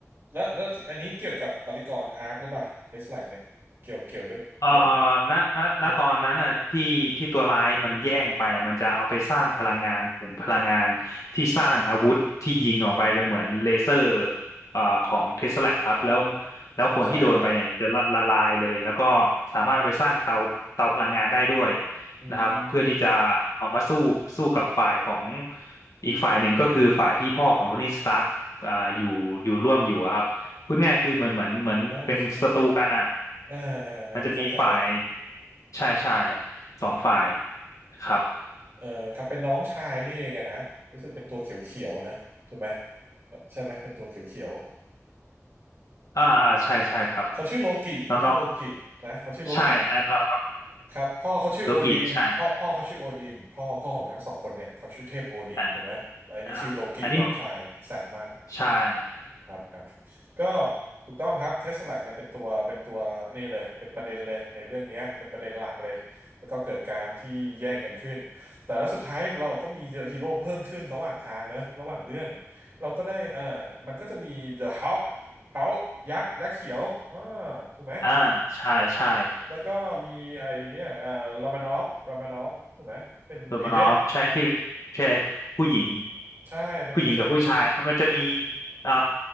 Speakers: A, on the right (about 50°); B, on the left (about 75°).
A: แล้วแล้วที่อันนี้เกี่ยวกับปฏิกรณ์อาร์คหรือเปล่าเทสลาเนี่ยเกี่ยวเกี่ยวด้วยเกี่ยวไหม
B: เอ่อณณณตอนนั้นน่ะที่ที่ตัวร้ายมันแย่งไปอะมันจะเอาไปสร้างพลังงานขุมพลังงานที่สร้างอาวุธที่ยิงออกไปเป็นเหมือนเลเซอร์
A: ไม่อืม
B: เอ่อของเทสลาครับแล้วแล้วคนที่โดนไปเนี่ยจะละละลายเลยแล้วก็สามารถเอาไปสร้างเตาเตาพลังงานได้ด้วย
A: เข้าใจละอื
B: นะครับเพื่อที่จะเอามาสู้สู้กับฝ่ายของ
A: ม
B: อีกฝ่ายหนึ่งก็คือฝ่ายที่พ่อของโทนี่สตาร์กอ่าอยู่อยู่ร่วมอยู่อะครับพูดง่ายคือเหมือนเหมือนเหมือนเป็นศัตรูกันอะ
A: ใช่ใช่อ่าอ่าอ่าเข้าใจละ
B: มันจะมีฝ่ายใช่ใช่สองฝ่ายครับ
A: เออครับเป็นน้องชายนี่เองอะนะรู้สึกเป็นตัวเขียวเขียวนะถูกไหมใช่ไหมเป็นตัวเขียวเขียว
B: อ่าอ่าใช่ใช่ครับ
A: เขาชื่อโลกิเขาชื่อโลกินะเขาชื่อโลกิ
B: น้องนองใช่อันององ
A: ครับพ่อเขาชื่อโอดินพ่อพ่อเขาชื่อโอดินพ่อพ่อของทั้งสองคนเนี่ยเขาชื่อเทพโอดินถูกไหมแล้วอันนี้ชื่อโลกิน้องชายแสบมาก
B: โลกิใช่อ่าอ่าอันนี้ใช่
A: ครับครับก็ถูกต้องครับเทสลาเนี่ยเป็นตัวเป็นตัวนี่เลยเป็นประเด็นเลยในเรื่องเนี้ยเป็นประเด็นหลักเลยแล้วก็เกิดการที่แย่งกันขึ้นแต่แล้วสุดท้ายเราก็มีฮีโร่เพิ่มขึ้นระหว่างทางนะระหว่างเรื่องเราก็ได้เออมันก็จะมี The Hulk เขายักษ์ยักษ์เขียวอ่าถูกไหม
B: อ่าใช่ใช่
A: แล้วก็มีไอเนี่ยเอ่อรามานอฟรามานอฟถูกไหมเป็นเอเจนต์
B: โรมานอฟใช่ที่เป็นใช่ผู้หญิง
A: ใช่เป็นเอเจนต์ผู้หญิง
B: ผู้หญิงกับผู้ชายมันมันจะมีอ่า